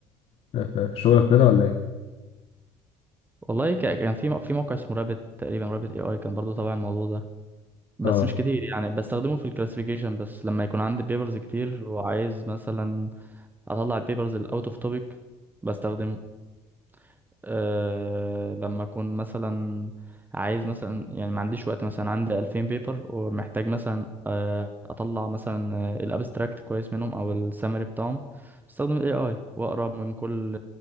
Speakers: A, on the left; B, on the right.
A: في في- في شغلك كده ولا إيه؟
B: والله ك- كان في في موقع اسمه رابت تقريبا رابت اي اي كان برضو تبع الموضوع ده بس
A: اه
B: مش كتير يعني بستخدمه في الكلاسيفيكيشن بس لما يكون عندي بيبرز كتير وعايز مثلا اطلع البيبرز الاوت اوف توبيك بستخدمه أه لما اكون مثلا عايز مثلا يعني ما عنديش وقت مثلا عندي 2000 بيبر ومحتاج مثلا آه، اطلع مثلا الابستراكت كويس منهم او السمري بتاعهم بستخدم الاي اي واقرا من كل